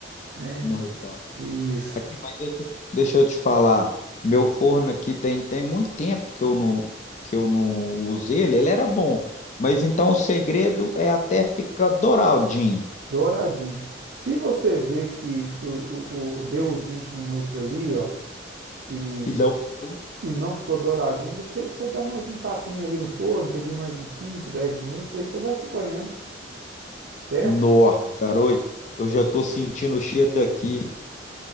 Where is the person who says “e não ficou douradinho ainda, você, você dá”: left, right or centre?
Right